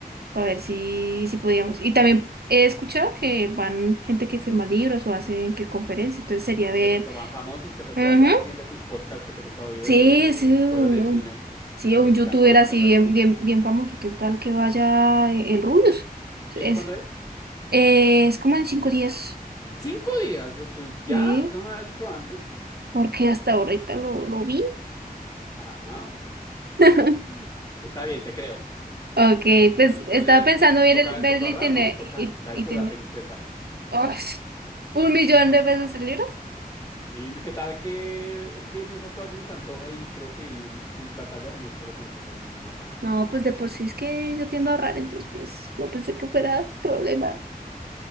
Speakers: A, on the right (about 85°); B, on the left (about 25°).
A: para ver si, si podíamos. Y también he escuchado que van gente que firma libros o hace que conferencia, entonces sería
B: Y
A: ver.
B: de pronto van famosos, que tal
A: Ujú,
B: que vaya alguien de tus podcasts que te gusta oír
A: Sí,
B: o de tus
A: sí, un,
B: cosas de
A: un-
B: chisme,
A: sí,
B: que
A: un youtuber
B: sean colombianos
A: así
B: y vayan.
A: bien, bien, bien famoso, que tal que vaya eh, el Rubius.
B: ¿Y
A: Es,
B: eso cuándo es?
A: eh, es como en cinco días,
B: Cinco días, eso es ya,
A: sí,
B: ¿por qué no me habías dicho antes?
A: porque hasta ahorita lo, lo vi.
B: Ah,
A: <laughs>
B: <laughs> está bien, te creo.
A: Ok, pues
B: Bueno, entonces
A: estaba pensando
B: eh,
A: ver
B: toca,
A: el, ver
B: toca
A: el
B: ahorrar,
A: itine-
B: ¿no? Toca,
A: it-
B: sabes
A: itine-
B: que voy a pedir un préstamo.
A: ¡Ush! un millón de pesos en libros.
B: Sí, ¿qué tal que es que en esas cosas uno se antoja y creo que ir sin plata ya uno solo se antoja y uno la pasa mal.
A: No, pues de por sí es que yo tiendo a ahorrar, entonces pues no pensé que fuera problema.